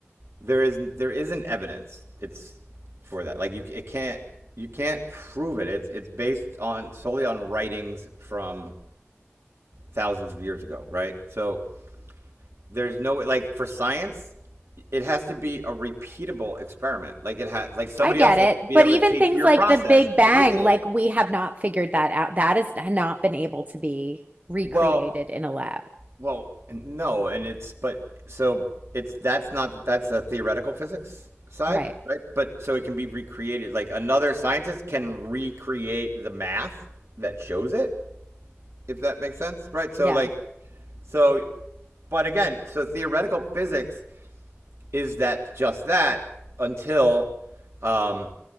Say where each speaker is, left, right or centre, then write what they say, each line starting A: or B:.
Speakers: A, on the right (about 70°); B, on the right (about 35°).
A: there is there isn't evidence it's for that like you it can't you can't prove it it's it's based on solely on writings from thousands of years ago right so there's no like for science it has to be a repeatable experiment like it has like somebody
B: I get
A: else has
B: it.
A: to be
B: But
A: able
B: even
A: to take
B: things
A: your
B: like
A: process
B: the Big Bang,
A: and repeat it
B: like we have not figured that out. That has not been able to be recreated
A: well
B: in a lab.
A: Well, no, and it's but so it's that's not that's a theoretical physics side,
B: Right.
A: right? But so it can be recreated. Like another scientist can recreate the math that shows it, if that makes sense, right? So
B: Yeah.
A: like so but again, so theoretical physics is that just that until um,